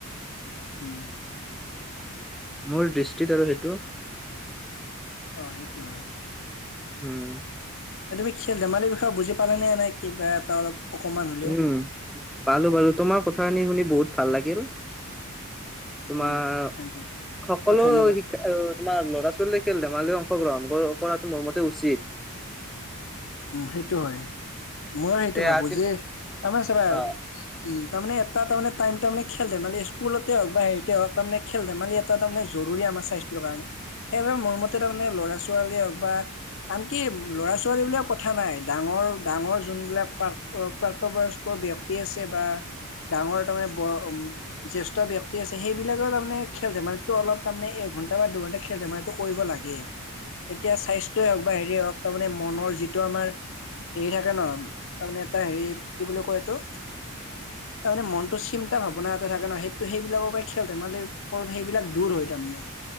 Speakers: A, on the left; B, in the centre.
A: উম
B: মোৰ দৃষ্টিত আৰু সেইটো
A: অ সেইটো হয়।
B: উম
A: তুমি খেল-ধেমালিৰ বিষয়ে বুজি পালে নে কিবা এটা অলপ? অকমান হ'লেও
B: উম পালো বাৰু তোমাৰ কথাখিনি শুনি বহুত ভাল লাগিল। তোমাৰ
A: উম থেংক ইউ
B: সকলো
A: অ ধন্যবাদ
B: শিক্ষা তোমাৰ ল'ৰা ছোৱালী খেল ধেমালি অংশগ্ৰহণ কৰাটো মোৰ মতে উচিত
A: উ সেইটো হয় মই সেইটো
B: তে
A: ভাবো
B: আজি
A: যে আমছে ব
B: অ
A: উম তাৰমানে এটা তাৰমানে টাইম তাৰে খেল ধেমালি স্কুলতে হওক বা হেৰিতে হক তাৰে খেল ধেমালি এটা তাৰে জৰুৰী আমাৰ স্বাস্থ্যৰ কাৰণে সেইবাবে মোৰ মতে তাৰমানে লৰা ছোৱালীয়ে হওক বা আনকি ল'ৰা ছোৱালী বুল ক নাই ডাঙৰ ডাঙৰ যোনবিলাকাক প্ৰাক্তবয়স্কৰ ব্য়ক্তি আছে বা ডাঙৰ তাৰমানে জ্েষ্ঠ ব্ক্তি আছে সেইবিলাকে তাৰমানে খেল ধেমালিটো অলপ তাৰমানে এঘন্টা বা দুঘন্টা খেল ধেমালিটো কৰিব লাগে তেতিয়া স্বাস্থয়ই হওক বা হেৰিয়ে হওক তাৰানে মনৰ যি এইটো আমাৰ হেৰি থাকে ন তাৰমানে এটা হেৰি কি বুলিো কয় এইটো তাৰ মানে মনন্তসিম এটা ভাৱনা এটা থাকে ন সেইটো সেইবিলাকৰ পৰাই খেল তমালে ওপৰত সেইবিলাক দূ হয় তাৰমানে